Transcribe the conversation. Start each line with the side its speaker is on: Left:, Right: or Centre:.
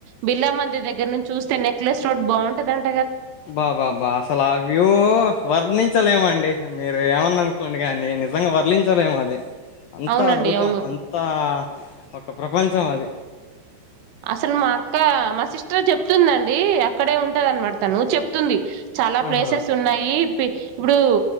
Right: బిల్లా మందిర్ దగ్గర నుంచి చూస్తే నెక్ట్ <unintelligible> బాగుంటాది అంట
Left: బా బా బా అసలు ఆ వ్యూ వర్ణించలేమండి మీరు ఏమన్నా అనుకోండి కానీ నిజంగా వర్లించలేము అది అంతా
Right: అవునండి
Left: అద్భుతం
Right: అవును
Left: అంతా ఒక ప్రపంచం అది
Right: అసలు మా అక్క మా సిస్టర్ చెప్తుందండి అక్కడే ఉంటది అనమాట తను చెప్తుంది చాలా
Left: ఆహా
Right: ప్లేసెస్ ఉన్నాయి ఇప్పుడు